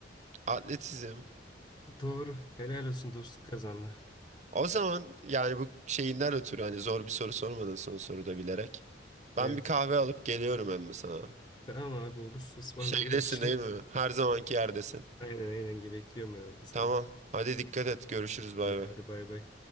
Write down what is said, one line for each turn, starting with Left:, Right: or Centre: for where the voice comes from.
Right: Atletizm.
Left: Doğru. Helal olsun dostluk kazandı.
Right: O zaman yani bu şeyinden ötürü hani zor bir soru sormadın son soruda bilerek. Ben
Left: Evet.
Right: bir kahve alıp geliyorum emmi sana.
Left: Tamam abi olur. Ismarlayıver.
Right: Şeydesin değil mi? Her zamanki yerdesin.
Left: <laughs> Aynen aynen. Bekliyorum ben orada seni.
Right: Tamam. Hadi dikkat et. Görüşürüz. Bay
Left: Tamam
Right: bay.
Left: hadi bay bay.